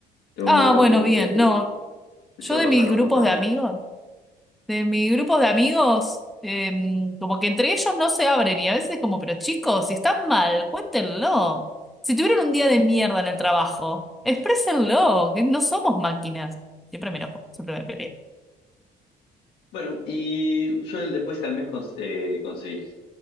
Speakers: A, on the left; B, in the centre.
A: Tengo
B: ah,
A: un grupo de
B: bueno,
A: amigos
B: bien,
A: que
B: no.
A: el
B: Yo
A: sábado
B: de mis
A: pasado nos
B: grupos
A: juntamos.
B: de amigos. de mi grupo de amigos, em, como que entre ellos no se abren y a veces como, pero chicos, si están mal, cuéntenlo. Si tuvieron un día de mierda en el trabajo, exprésenlo, que no somos máquinas. Siempre me enojo, siempre me peleo.
A: Bueno, y yo el- después al mes cons- eh, conseguí,